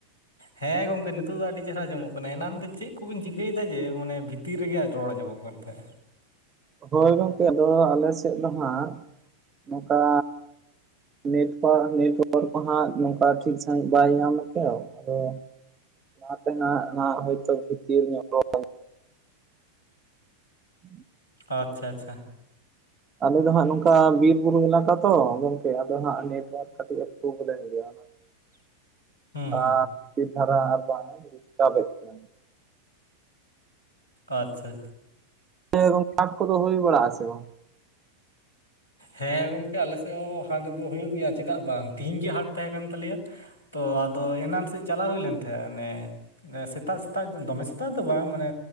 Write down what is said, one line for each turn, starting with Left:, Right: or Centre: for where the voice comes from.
Left: ᱦᱮᱸ ᱜᱚᱝᱠᱮ ᱱᱤᱛᱚᱜ ᱫᱚ ᱟᱹᱰᱤ ᱪᱮᱦᱨᱟ ᱟᱸᱡᱚᱢᱚᱜ ᱠᱟᱱᱟ ᱮᱱᱟᱱ ᱫᱚ ᱪᱮᱫ ᱠᱚᱵᱤᱱ ᱪᱤᱠᱟᱹᱭᱫᱟ ᱡᱮ ᱢᱟᱱᱮ ᱵᱷᱤᱛᱤᱨ ᱨᱮᱜᱮ ᱨᱚᱲ ᱟᱸᱡᱚᱢᱚᱜ ᱠᱟᱱ ᱛᱟᱦᱮᱸᱫᱼᱼᱼ
Right: ᱦᱳᱭ ᱜᱚᱝᱠᱮ ᱟᱫᱚ ᱟᱞᱮ ᱥᱮᱫ ᱫᱚ ᱦᱟᱸᱜ ᱱᱚᱝᱠᱟᱼᱼᱼ ᱱᱮᱴᱣᱟᱨᱠ ᱱᱮᱴᱚᱣᱟᱨᱠ ᱠᱚ ᱦᱟᱸᱜ ᱱᱚᱝᱠᱟ ᱴᱷᱤᱠ ᱥᱟᱺᱦᱤᱡ ᱵᱟᱭ ᱧᱟᱢᱟᱛᱚ ᱟᱫᱚ ᱚᱱᱟᱛᱮ ᱱᱟ ᱱᱟ ᱦᱳᱭᱛᱚ ᱵᱷᱤᱛᱤᱨ ᱧᱚᱜ ᱨᱚᱲᱼᱼᱼ <inaudible>
Left: ᱟᱪᱪᱷᱟ ᱟᱪᱪᱷᱟ
Right: ᱟᱞᱮ ᱫᱚ ᱦᱟᱸᱜ ᱱᱚᱝᱠᱟ ᱵᱤᱨ ᱵᱩᱨᱩ ᱮᱞᱟᱠᱟ ᱛᱚ ᱜᱚᱝᱠᱮ ᱟᱫᱚ ᱦᱟᱸᱜ ᱱᱮᱴᱚᱣᱟᱨᱠ ᱠᱟᱹᱴᱤᱡ ᱮ ᱯᱨᱚᱵᱞᱮᱢ ᱜᱮᱭᱟ᱾
Left: <inaudible> ᱦᱩᱸ ᱦᱩᱸ
Right: ᱟᱸᱛᱷᱤᱨ ᱫᱷᱟᱨᱟ ᱟᱨ ᱵᱟᱝ ᱰᱤᱥᱴᱟᱵᱮᱫ ᱜᱟᱦᱮᱱᱟ᱾
Left: ᱟᱪᱪᱷᱟ
Right: ᱦᱮᱸ ᱜᱚᱢᱠᱮ ᱠᱟᱴ ᱠᱚᱫᱚ ᱦᱩᱭ ᱵᱟᱲᱟᱜᱼ ᱟ ᱥᱮ ᱵᱟᱝᱼᱼᱼ
Left: ᱦᱮᱸ ᱜᱚᱢᱠᱮ ᱟᱞᱮ ᱥᱮᱫ ᱦᱚᱸ ᱦᱟᱴ ᱫᱚ ᱦᱩᱭᱩᱜ ᱜᱮᱭᱟ ᱪᱮᱫᱟᱜ ᱵᱟᱝ ᱛᱤᱦᱮᱧ ᱜᱮ ᱦᱟᱴ ᱛᱟᱦᱮᱸ ᱠᱟᱱ ᱛᱟᱞᱮᱭᱟ᱾ ᱛᱚ ᱟᱫᱚ ᱮᱱᱟᱱ ᱥᱮᱫ ᱪᱟᱞᱟᱣ ᱦᱩᱭ ᱞᱮᱱ ᱛᱟᱦᱮᱸ ᱚᱱᱮᱼᱼᱼ ᱥᱮᱛᱟᱜ ᱥᱮᱛᱟᱜ ᱫᱚᱢᱮ ᱥᱮᱛᱟᱜ ᱫᱚ ᱵᱟᱝ ᱢᱟᱱᱮ